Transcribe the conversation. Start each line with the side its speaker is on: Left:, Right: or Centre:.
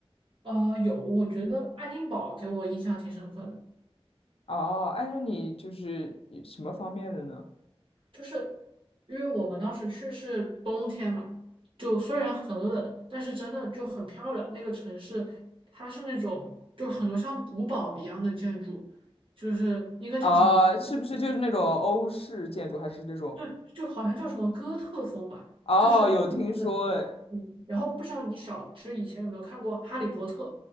Right: 呃，有，我觉得爱丁堡给我印象挺深刻的，
Left: 哦，哎，那你就是以什么方面的呢？
Right: 就是因为我们当时去是冬天嘛，就虽然很冷，但是真的就很漂亮。那个城市它是那种就很多像古堡一样的建筑，就是应该叫什么？
Left: 啊，是不是就是那种欧式建筑，还是那种？
Right: 就就好像叫什么哥特风吧，
Left: 哦，有听说，
Right: 嗯
Left: 哎，
Right: 嗯，然后不知道你小芝以前有没有看过《哈利波特》，